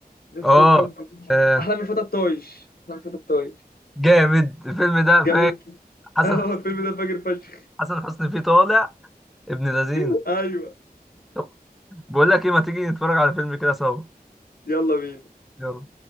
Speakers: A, on the left; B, in the centre.
A: نفسه
B: اه
A: تحب
B: آه،
A: احلام الفتى الطايش احلام الفتى الطايش
B: جامد الفيلم ده
A: جامد
B: فاجر
A: <laughs>
B: حسن
A: اه
B: حسني
A: الفيلم
B: فيه
A: ده فاجر فشخ
B: حسن حسني فيه طالع ابن لذينه
A: <laughs> ايوه
B: طب بقول لك ايه ما تيجي نتفرج على فيلم كده سوا
A: يلا بينا
B: يلا